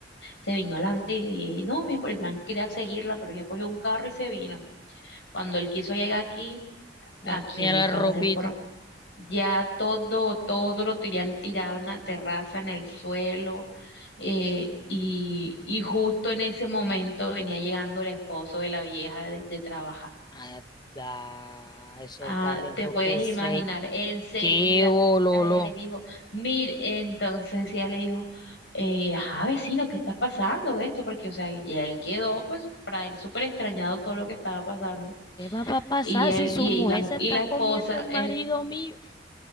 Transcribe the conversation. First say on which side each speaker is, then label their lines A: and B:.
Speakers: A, on the left; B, on the left.
A: se vino adelante y no, mi amor, el man quería seguirla, pero ella cogió un carro y se vino. Cuando él quiso llegar aquí,
B: Ya
A: aquí
B: tenía
A: en mi
B: la
A: casa
B: ropita.
A: se fueron. Ya todo, todo lo tenían tirado en la terraza, en el suelo, eh, y, y justo en ese momento venía llegando el esposo de la vieja de, de trabajar.
B: Ada, eso
A: Ah,
B: también
A: te
B: tengo
A: puedes
B: que
A: imaginar,
B: sé
A: enseguida
B: qué bololo.
A: ella le dijo, mire, entonces ella le dijo, eh, ajá, vecino, ¿qué está pasando de esto? Porque, o sea, y él quedó, pues, para él súper extrañado todo lo que estaba pasando.
B: ¿Qué más va a pasar
A: Y, él,
B: si su
A: y,
B: mujer
A: y la, mu-
B: se
A: y
B: está
A: la esposa,
B: comiendo el marido
A: eh,
B: mío?